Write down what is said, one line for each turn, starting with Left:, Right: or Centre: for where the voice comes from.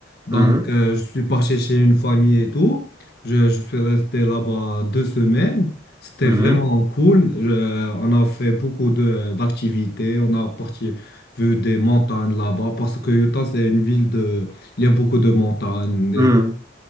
Left: Donc,
Right: Mhm,
Left: euh, je suis parti chez une famille et tout. Je, je suis resté là-bas deux semaines. C'était
Right: mhm,
Left: vraiment cool. Je- on a fait beaucoup de d'activités. On a parti vu des montagnes là-bas parce que Utah, c'est une ville de... Il y a beaucoup de montagnes. et-
Right: mhm.